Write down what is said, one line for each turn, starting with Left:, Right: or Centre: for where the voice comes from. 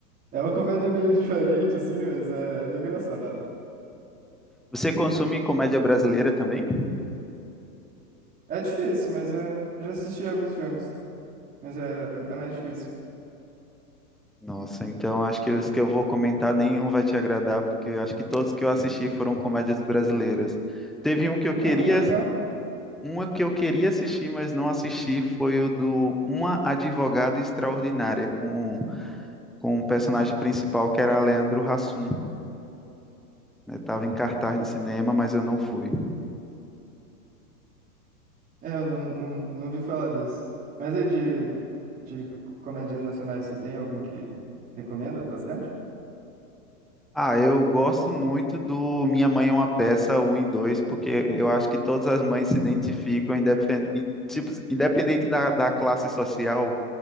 Right: É uma comédia meio <laughs> diferente, assim, mas é, é bem engraçado.
Centre: Você consome comédia brasileira também?
Right: É difícil, mas é, eu já assisti alguns filmes, mas é, é mais difícil.
Centre: Nossa, então acho que os que eu vou comentar nenhum vai te agradar, porque acho que todos que eu assisti foram comédias brasileiras. Teve um que eu queria,
Right: Não, mas é legal.
Centre: uma que eu queria assistir, mas não assisti, foi o do Uma Advogada Extraordinária, com, com o personagem principal que era Leandro Hassum. Né? Tava em cartaz
Right: É,
Centre: no cinema, mas eu não fui.
Right: é, eu não, não, não ouvi falar desse. Mas aí de, de comédias nacionais, você tem algum que recomenda bastante?
Centre: Ah, eu gosto muito do Minha Mãe é uma Peça um e 2 porque eu acho que todas as mães se identificam, independ... e, tipo, independente da, da classe social